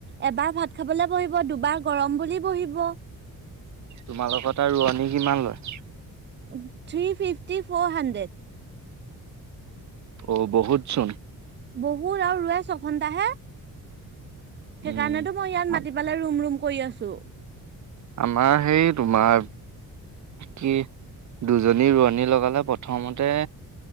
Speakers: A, on the right (about 30°); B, on the right (about 50°).
A: এবাৰ ভাত খাবলে বহিব, দুবাৰ গৰম বুলি বহিব।
B: তোমালোকৰ তাত ৰোৱনী কিমান লয়?
A: উম', থ্ৰী ফিফটি ফ'ৰ হান্ড্ৰেড।
B: অ', বহুত চোন।
A: বহুত আৰু ৰুৱে ছঘন্টা হে। সেইকাৰণেতো
B: উম
A: মই ইয়াত মাতি পেলাই ৰুম-ৰুম কৰি আছোঁ।
B: আমাৰ সেই তোমাৰ কি? দুজনী ৰোৱনী লগালে প্ৰথমতে